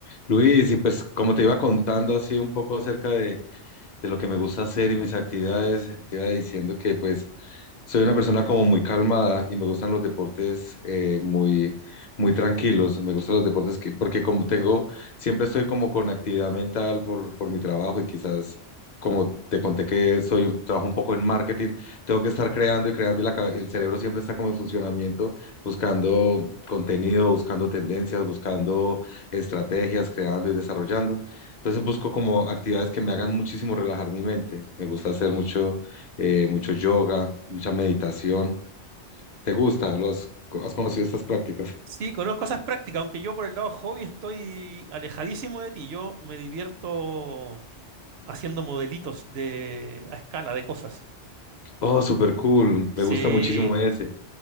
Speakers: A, on the left; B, on the right.
A: Luis, y pues como te iba contando así un poco acerca de, de lo que me gusta hacer y mis actividades, te iba diciendo que pues soy una persona como muy calmada y me gustan los deportes eh, muy, muy tranquilos. Me gustan los deportes que, porque como tengo, siempre estoy como con actividad mental por, por mi trabajo y quizás como te conté que soy un, trabajo un poco en marketing, tengo que estar creando y creando y la, cabe- el cerebro siempre está como en funcionamiento, buscando contenido, buscando tendencias, buscando estrategias, creando y desarrollando. Entonces busco como actividades que me hagan muchísimo relajar mi mente. Me gusta hacer mucho eh, mucho yoga, mucha meditación. ¿Te gusta? ¿Lo has, has conocido estas prácticas?
B: Sí, conozco esas prácticas, aunque yo por el lado hobby estoy alejadísimo de ti. Yo me divierto haciendo modelitos de a escala de cosas.
A: Oh, súper cool. Me
B: Sí,
A: gusta muchísimo ese.